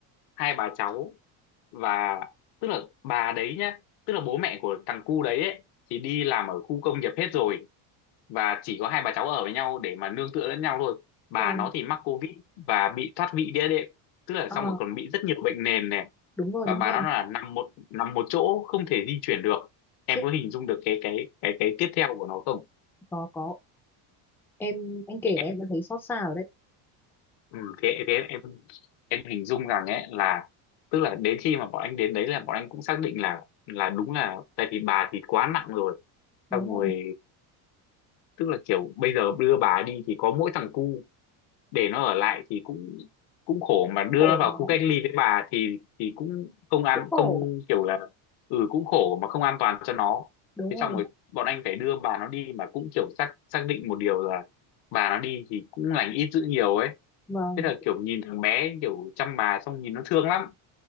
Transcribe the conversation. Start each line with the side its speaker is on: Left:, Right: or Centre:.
Left: hai bà cháu và tức là bà đấy nhá tức là bố mẹ của thằng cu đấy ấy, thì đi làm ở khu công nghiệp hết rồi và chỉ có hai bà cháu ở với nhau để mà nương tựa lẫn nhau thôi bà
Centre: vâng
Left: nó thì mắc covid và bị thoát vị đĩa đệm tức là
Centre: Ờ,
Left: xong rồi còn bị rất nhiều bệnh nền này
Centre: đúng rồi
Left: và
Centre: đúng
Left: bà
Centre: rồi.
Left: nó là nằm một nằm một chỗ không thể di chuyển được em
Centre: Khiếp
Left: có hình dung được cái cái cái cái tiếp theo của nó không
Centre: có có em anh kể
Left: em
Centre: là em đã thấy xót xa rồi đấy.
Left: ừ, thế thế em em hình dung rằng ấy là tức là đến khi mà bọn anh đến đấy là bọn anh cũng xác định là là đúng là tại vì bà thì quá nặng rồi
Centre: đúng
Left: xong rồi
Centre: rồi
Left: tức là kiểu bây giờ đưa bà đi thì có mỗi thằng cu để nó ở lại thì cũng cũng khổ mà đưa
Centre: khổ
Left: nó vào
Centre: nó
Left: khu cách ly với bà thì thì cũng không an
Centre: cũng khổ
Left: không kiểu là ừ cũng khổ mà không an toàn cho nó
Centre: đúng
Left: thế
Centre: rồi
Left: xong rồi bọn anh phải đưa bà nó đi mà cũng kiểu xác xác định một điều là bà nó đi thì cũng lành ít dữ nhiều ấy
Centre: vâng
Left: thế là kiểu nhìn thằng bé kiểu chăm bà xong nhìn nó thương lắm